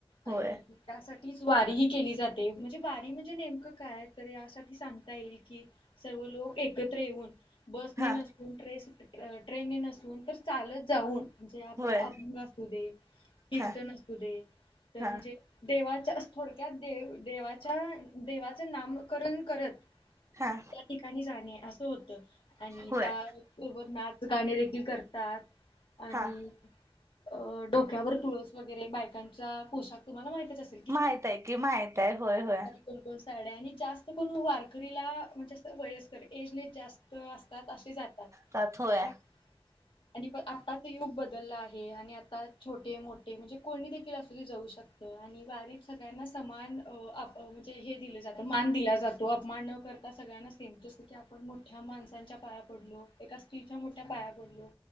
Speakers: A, on the right; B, on the left.
A: होय
B: आणि त्यासाठीच वारी ही केली जाते म्हणजे वारी म्हणजे नेमकं काय तर यासाठी सांगता येईल. कि.. सर्व लोक एकत्र येऊन. बसने
A: हा
B: नसून ट्रेस ट्रेनने नसून तर चालत जाऊ. जे आपला
A: होय
B: अभंग असू दे कीर्तन
A: हा
B: असू दे तर
A: हा
B: ते म्हणजे देवाच्या अह.. थोडक्यात देव.. देवाच्या.. देवाचं नामकरण करत.
A: हा.
B: त्या ठिकाणी जाणे असं होत, आणि
A: होय
B: त्या.. वर नाग गाणी देखील करतात, आणि
A: हा
B: अ... डोक्यावर तुळस वगैरे बायकांच्या पोशाख तुम्हाला माहितच असतो.
A: माहित आहे की... माहित आहे... होय.. होय.
B: कोणकोण साड्या आणि जास्त कोण वारकरीला म्हणजे जास्त वयस्कर एजने जास्त अस. त्यात अशी जातात.
A: त्यात होय.
B: पण आणि आत्ताच युग बदलला आहे आणि आता छोटे- मोठे म्हणजे कोणी देखील असू दे जाऊ शकत आणि वारीत सगळ्यांना समान अ.. अप म्हणजे हे दिले जात, मान दिला जातो अपमान न करता सगळ्यांना सेम जस आपण मोठ्या माणसांच्या पाया पडलो, एक असतं ना स्री च्या मोठ्या पाया पडलो